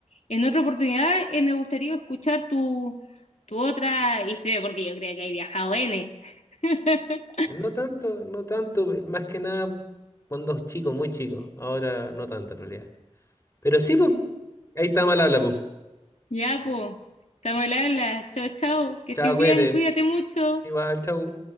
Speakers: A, on the left (about 70°); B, on the left (about 25°).
A: En otra oportunidad, eh, me gustaría escuchar tu, tu otra historia, porque yo creo que hay viajado N. <laughs>
B: No tanto, no tanto, eh, más que nada cuando chico, muy chico. Ahora no tanto en realidad. Pero sí, pues, ahí está mal habla, pues.
A: Ya, pues, estamos al habla. Chao, chao, que
B: Chao,
A: estés
B: cuídate.
A: bien, cuídate mucho.
B: Igual, chao.